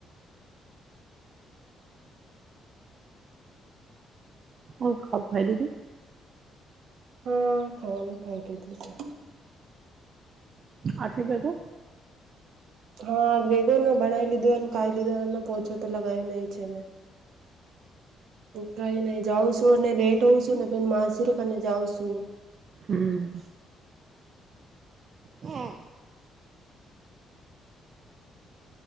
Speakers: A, on the right (about 50°); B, on the right (about 70°).
A: ઓ ખબ ઘરા લધુ
B: હા ખવાનું ખાટીું છે.
A: આઠ રૂપિયા તો
B: હા ભેગોને બનાવી લીધોને ખાઈ લીધો એ પોછો તો લગાવી નઈ છે, મેં કઈ નઈ જાઉં છું અને લેટ હોઉ છું ને પ માસરને જાવં છુ.
A: હમ હમ